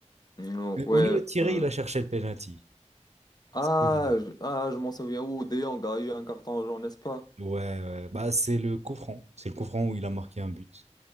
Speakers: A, on the left (about 35°); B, on the right (about 65°).
A: Hmm,
B: Mais
A: ouais,
B: au lieu de tirer,
A: euh,
B: il a cherché le penalty.
A: Ah,
B: C'est dommage.
A: je, ah, je m'en souviens où De Jong a eu un carton jaune, n'est-ce pas?
B: Ouais, ouais. Bah, c'est le coup franc. C'est le coup franc où il a marqué un but.